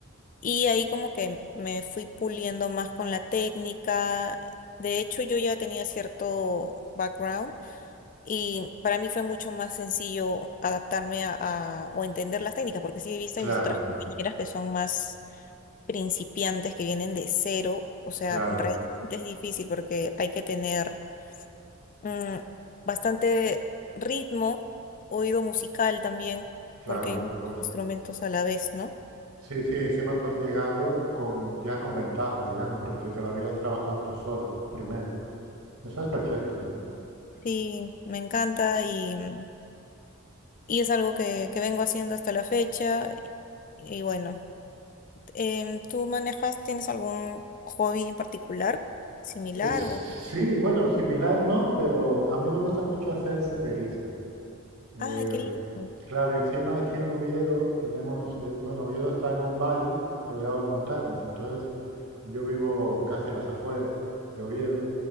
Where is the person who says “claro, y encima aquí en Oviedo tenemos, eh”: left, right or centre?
Right